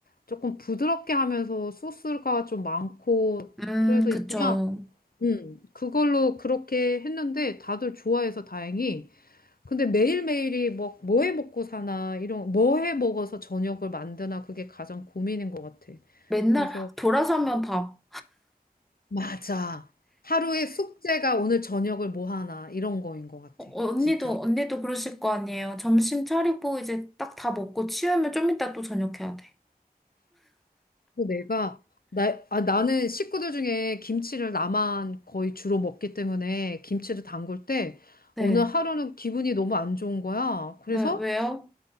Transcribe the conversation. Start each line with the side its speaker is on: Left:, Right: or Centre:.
Left: 조금 부드럽게 하면서 소스가 좀 많고
Centre: 음
Left: 그래서
Centre: 그쵸.
Left: 그냥 음, 그걸로 그렇게 했는데 다들 좋아해서 다행히 근데 매일매일이 뭐, 뭐 해 먹고 사나, 이런, 뭐 해 먹어서 저녁을 만드나, 그게 가장 고민인 것 같아.
Centre: 맨날
Left: 그래서,
Centre: 돌아서면 밥.
Left: 맞아. 하루의 숙제가 오늘 저녁을 뭐 하나, 이런 거인 것 같아.
Centre: 어, 어, 언니도,
Left: 진짜로.
Centre: 언니도 그러실 거 아니에요. 점심 차리고 이제 딱 다 먹고 치우면 좀 이따 또 저녁해야 돼.
Left: 그리고 내가, 나, 아, 나는 식구들 중에 김치를 나만 거의 주로 먹기 때문에 김치를 담글 때
Centre: 네.
Left: 오늘 하루는 기분이 너무 안 좋은 거야. 그래서,
Centre: 네, 왜요?